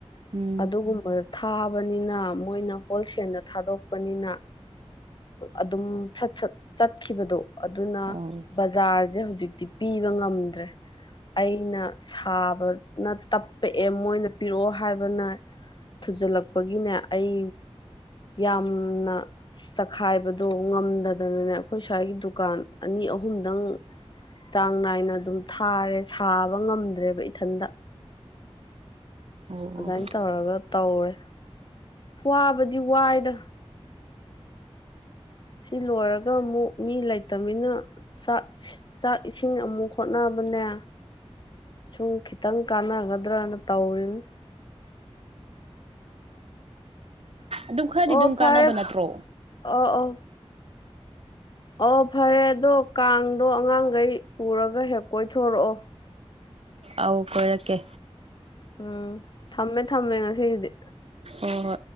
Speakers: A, on the right; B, on the left.
A: ꯎꯝ
B: ꯑꯗꯨꯒꯨꯝꯕꯗ ꯊꯥꯕꯅꯤꯅ ꯃꯣꯏꯅ ꯍꯣꯜꯁꯦꯜꯗ ꯊꯥꯗꯣꯛꯄꯅꯤꯅ ꯑꯗꯨꯝꯠ ꯆꯠꯈꯤꯕꯗꯣ ꯑꯗꯨꯅ
A: ꯑꯧ
B: ꯕꯖꯥꯔꯁꯦ ꯍꯧꯖꯤꯛ ꯍꯧꯖꯤꯛꯇꯤ ꯄꯤꯕ ꯉꯝꯗ꯭ꯔꯦ ꯑꯩꯅ ꯁꯥꯕꯅ ꯇꯞꯄꯛꯑꯦ ꯃꯣꯏꯅ ꯄꯤꯔꯛꯑꯣ ꯍꯥꯏꯕ ꯊꯨꯖꯤꯜꯂꯛꯄꯒꯤꯅꯦ ꯑꯩ ꯌꯥꯝꯅ ꯆꯈꯥꯏꯕꯗꯣ ꯉꯝꯗꯗꯅꯅꯦ ꯑꯩꯈꯣꯏ ꯁ꯭ꯋꯥꯏꯒꯤ ꯗꯨꯀꯥꯟ ꯑꯅꯤ ꯑꯍꯨꯝ ꯑꯍꯨꯝꯗꯪ ꯆꯥꯡ ꯅꯥꯏꯅ ꯑꯗꯨꯝ ꯊꯥꯔꯦ ꯁꯥꯕ ꯉꯝꯗ꯭ꯔꯦꯕ ꯏꯊꯟꯗ
A: ꯑꯣ ꯑꯣ
B: ꯑꯗꯨꯃꯥꯏꯅ ꯇꯧꯔꯒ ꯇꯧꯔꯦ ꯋꯥꯕꯗꯤ ꯋꯥꯏꯗ ꯁꯤ ꯂꯣꯏꯔꯒ ꯑꯃꯨꯛ ꯃꯤ ꯂꯩꯇꯅꯤꯅ ꯆꯥꯛ ꯆꯥꯛ ꯏꯁꯤꯡ ꯑꯃꯨꯛ ꯍꯣꯠꯅꯕ ꯃꯟꯅ ꯁꯨꯝ ꯈꯤꯇꯪ ꯀꯥꯟꯅꯒꯗ꯭ꯔꯅ ꯇꯧꯔꯤꯅꯤ
A: ꯑꯗꯨꯝ ꯈꯔꯗꯤ
B: ꯑꯣ
A: ꯑꯗꯨꯝ
B: ꯐꯔꯦ
A: ꯀꯥꯟꯅꯕ ꯅꯠꯇ꯭ꯔꯣ
B: ꯑꯣ ꯑꯣ ꯑꯣ ꯐꯔꯦ ꯑꯗꯣ ꯀꯥꯡꯗꯣ ꯑꯉꯥꯡꯈꯩ ꯄꯨꯔꯒ ꯍꯦ ꯀꯣꯏ ꯊꯣꯔꯛꯑꯣ
A: ꯑꯥꯎ ꯀꯣꯏꯔꯛꯀꯦ
B: ꯎꯝ ꯊꯃꯦ ꯊꯃꯦ ꯉꯁꯤꯦ ꯏꯗ
A: ꯑꯣ